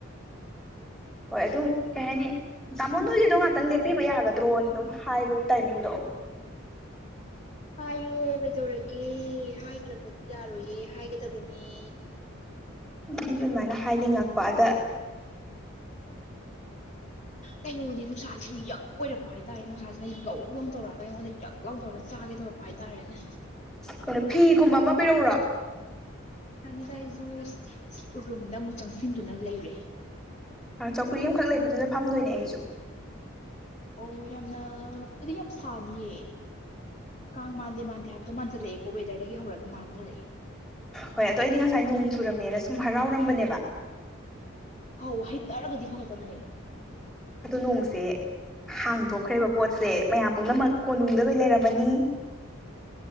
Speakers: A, in the centre; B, on the left.
A: ꯍꯣꯏ ꯑꯗꯨꯝ ꯀꯩ ꯍꯥꯏꯅꯤ ꯇꯥꯃꯣ ꯅꯣꯏꯒꯤꯗꯣ ꯉꯥꯛꯇꯪ ꯂꯦꯞꯄꯤꯕ ꯌꯥꯒꯗ꯭ꯔꯣꯅ ꯑꯗꯨꯝ ꯍꯥꯏꯕꯒꯤ ꯇꯥꯏꯃꯤꯡꯗꯣ
B: ꯍꯥꯏꯌꯣ ꯀꯩꯗꯧꯔꯒꯦ ꯍꯥꯏꯗ꯭ꯔꯒꯠ ꯌꯥꯔꯣꯏꯌꯦ ꯍꯥꯏꯒꯗꯕꯅꯦ
A: ꯑꯩꯖꯨ ꯑꯗꯨꯃꯥꯏꯅ ꯍꯥꯏꯅꯤꯡꯉꯛꯄ ꯑꯗ
B: ꯀꯩꯅꯣꯅꯦ ꯅꯨꯡꯁꯥꯖꯤꯖꯨ ꯌꯛ ꯑꯣꯏꯔꯛꯄ ꯍꯥꯏꯇꯥꯔꯦ ꯅꯨꯡꯁꯥꯖꯤꯅ ꯌꯧ ꯂꯧ ꯇꯧꯔꯑꯥꯒ ꯑꯩꯉꯣꯟꯗ ꯌꯛ ꯂꯥꯎ ꯇꯧꯔꯒ ꯆꯥꯒꯦ ꯇꯧꯔꯛꯄ ꯍꯥꯏꯇꯥꯔꯦꯅꯦ
A: ꯀꯩꯅꯣ ꯐꯤꯒꯨꯝꯕ ꯑꯃꯥ ꯄꯤꯔꯛꯎꯔꯣ
B: ꯌꯥꯅꯤꯗ ꯑꯩꯖꯨꯁ ꯎꯔꯨꯝꯗ ꯑꯃꯨꯛ ꯆꯪꯁꯤꯟꯗꯨꯅ ꯂꯩꯔꯦ
A: ꯑꯥ ꯆꯧꯀ꯭ꯔꯤ ꯑꯝꯈꯛ ꯂꯩꯕꯗꯨꯗ ꯐꯝꯗꯣꯏꯅꯦ ꯑꯩꯖꯨ
B: ꯑꯣ ꯌꯥꯝꯅ ꯑꯗꯨꯗꯤ ꯌꯥꯝ ꯁꯥꯅꯤꯌꯦ ꯀꯥꯡ ꯃꯥꯟꯗꯦ ꯃꯥꯟꯗꯦ ꯍꯥꯏꯕꯗꯣ ꯃꯥꯟꯖꯜꯂꯑꯦꯀꯣ ꯋꯦꯗ꯭ꯔꯗꯒꯤ ꯍꯧꯔꯒ ꯃꯥꯟꯕ ꯍꯧꯔꯛꯑꯦ
A: ꯍꯣꯏ ꯑꯗꯣ ꯑꯩꯗꯤ ꯉꯁꯥꯏ ꯅꯣꯡ ꯆꯨꯔꯝꯃꯦꯅ ꯁꯨꯝ ꯍꯔꯥꯎꯔꯝꯕꯅꯦꯕ
B: ꯍꯥꯎ ꯍꯩꯗꯔꯒꯗꯤ ꯐꯒꯗꯕꯅꯦ
A: ꯑꯗꯣ ꯅꯣꯡꯁꯦ ꯍꯥꯡꯗꯣꯛꯈ꯭ꯔꯦꯕ ꯄꯣꯠꯁꯦ ꯃꯌꯥꯝ ꯄꯨꯝꯅꯃꯛ ꯀꯣꯅꯨꯡꯗ ꯂꯣꯏ ꯂꯩꯔꯝꯃꯅꯤ